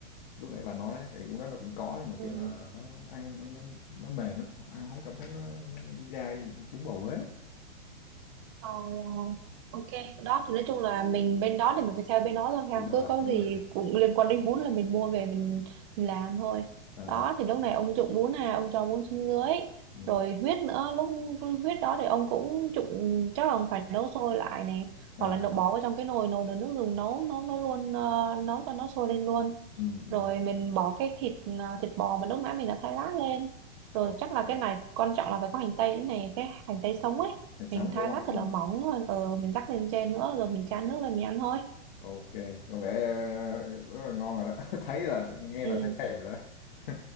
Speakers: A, on the left; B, on the right.
A: lúc nãy bà nói á, thì bún đó nó cũng có nhưng mà,
B: ừ
A: kiểu là, nó ăn nó nó nó mềm lắm, ăn không cảm thấy nó nó dai, bún bầu Huế.
B: Ờ, ok đó thì nói chung là mình bên đó thì mình phải theo bên đó thôi ha
A: Đúng rồi,
B: cứ có
A: đúng
B: gì
A: rồi.
B: cũng liên quan đến bún là mình mua về mình, mình làm thôi
A: À,
B: đó thì lúc này ông trụng bún à ông cho bún xuống dưới
A: ừm,
B: rồi huyết nữa lúc huyết đó thì ông cũng trụng chắc là phải nấu sôi lại này
A: à,
B: hoặc là nấu bỏ vào trong cái nồi nồi nồi nước dùng nấu nấu nấu luôn ờ, nấu cho nó sôi lên luôn
A: ừm,
B: rồi
A: ừm,
B: mình bỏ cái thịt ờ, thịt bò mà lúc nãy mình đã thái lát lên rồi
A: ô
B: chắc là
A: kê.
B: cái này quan trọng là phải có hành tây nữa này cái hành tây sống ấy
A: Thịt
B: mình
A: sống,
B: thái
A: đúng hông?
B: lát
A: Đúng
B: thật là
A: hông?
B: mỏng lên ừ mình rắc lên trên nữa rồi mình chan nước lên mình ăn thôi
A: Ok, có vẻ ờ, rất là ngon rồi đó. <laughs> Thấy là nghe
B: ừ
A: là thấy thèm rồi đó. <laughs>